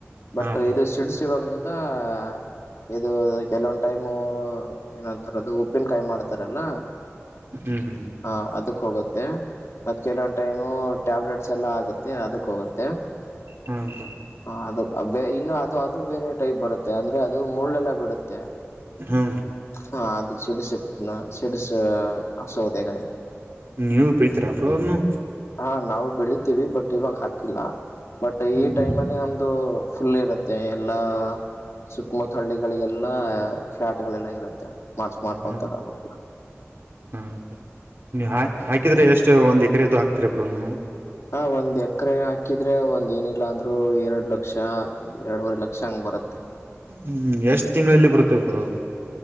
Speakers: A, on the left (about 75°); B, on the right (about 55°).
A: ಬಟ್
B: ಹಾ ಬ್ರೋ
A: ಇದು ಸಿಡ್ಸಿಡೋದ್ರಿಂದ ದ.. ಇದು ಕೆಲವೊಂದ ಟೈಮ್ ಏನಂತಾರದು ಉಪ್ಪಿನಕಾಯಿ ಮಾಡ್ತಾರಲ್ಲ
B: ಹ್ಮ್ ಹ್ಮ್
A: ಹಾ ಅದು ಹೋಗುತ್ತೆ ಮತ್ ಕೆಲವೊಂದ ಟೈಮ್ ಟ್ಯಾಬ್ಲೆಟ್ಸ್ ಎಲ್ಲಾ ಆಗುತ್ತೆ ಅದಕ್ ಹೋಗುತ್ತೆ
B: ಹ್ಮ್
A: ಹ ಇನ್ನು ಅದು ಅದು ಬೇರೆ ಟೈಪ್ ಬರುತ್ತೆ ಅಂದ್ರೆ ಅದು ಮುಳ್ಳೆಲ್ಲ ಬಿಡುತ್ತೆ
B: ಹ್ಮ
A: ಹಾ ಅದು ಸಿಡುಸಟ್ಟ ಸಿಡಸ ಹಸೌದಗ ಇದು
B: ನೀವು ಬೆಳಿತೀರ ಬ್ರೋ ಅದನು
A: ಹಾ ನಾವು ಬೆಳಿತೀವಿ ಬಟ್ ಇವಾಗ ಹಾಕಿಲ್ಲ ಬಟ್
B: ಹ್ಮ್
A: ಈ ಟೈಮ್ ಅಲ್ಲಿ ನಮ್ದು ಫುಲ್ ಇರುತ್ತೆ ಎಲ್ಲ ಸುುತ್ತಮತ್ ಹಳ್ಳಿಗಳಿಗೆಲ್ಲ ಫ್ಲಾಟ್ ಗಳೆಲ್ಲ ಇರುತ್ತೆ ಮಾಡ್ಸ್ ಮಾಡ್ಕೊಂತಾರ
B: ಹ್ಮ್
A: ಅವರೆಲ್ಲ
B: ಹ್ಮ ನೀ ಹಾಕಿದ್ರೆ ಎಷ್ಟ ಒಂದು ಎಕರೆದು ಹಾಕ್ತಿೀರಬ್ರು ನೀವು
A: ಹ ಒಂದ್ ಎಕರೆ ಹಾಕಿದ್ರೆ ಒಂದ್ ಏನಿಲ್ಲ ಅಂದ್ರರು ಎರಡ್ ಲಕ್ಷ ಎರಡೂರೆ ಲಕ್ಷ ಹಂಗ ಬರುತ್ತೆ
B: ಹ್ಮ್ ಎಷ್ಟ್ ತಿಂಗಳಲ್ಲಿ ಬರುತ್ತೆ ಬ್ರೋ